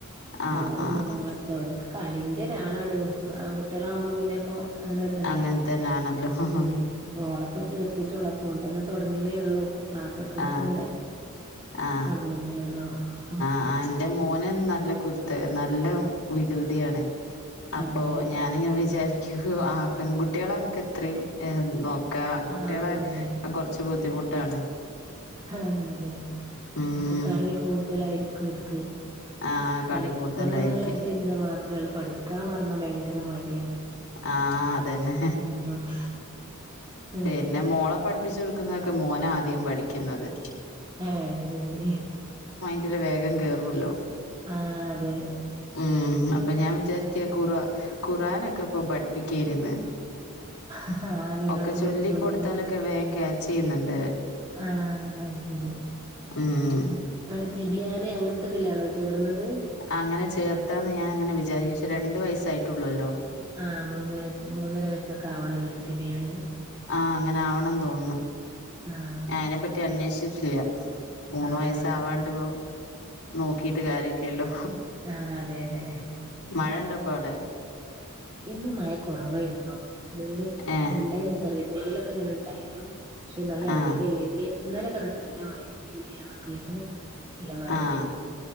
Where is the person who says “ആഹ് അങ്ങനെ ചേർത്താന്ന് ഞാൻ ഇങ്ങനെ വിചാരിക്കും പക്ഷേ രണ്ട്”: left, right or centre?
Left